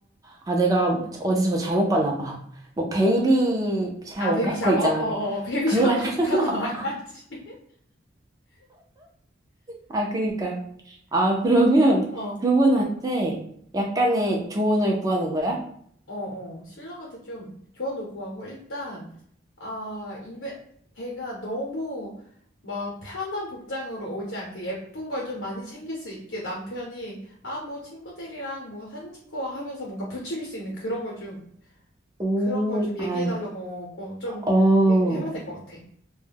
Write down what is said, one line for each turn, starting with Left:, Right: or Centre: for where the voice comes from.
Right: 아, 내가 어디서 뭐 잘못 봤나 봐. 뭐, 베이비 샤워인가?
Left: 아, 베이비 샤워?
Right: 그거 있잖아.
Left: 어,
Right: 그-
Left: 어, 어. 베이비
Right: 그거랑
Left: 샤워 남편
Right: <laughs> 깔렸나 봐.
Left: 와야지. <laughs>
Right: 아, 그니까. 아, 그러면
Left: 어.
Right: 그분한테 약간의 조언을 구하는 거야?
Left: 어, 어, 신랑한테 좀 조언도 구하고, 일단, 아, 입에, 배가 너무 막 편한 복장으로 오지 않게 예쁜 걸 좀 많이 챙길 수 있게 남편이, 아, 뭐 친구들이랑 뭐 사진 찍고 와 하면서 뭔가 부추길 수 있는 그런 걸 좀,
Right: 오,
Left: 그런 걸 좀 얘기해
Right: 아,
Left: 달라고 꼭좀
Right: 어.
Left: 얘기를 해봐야 될 것 같아.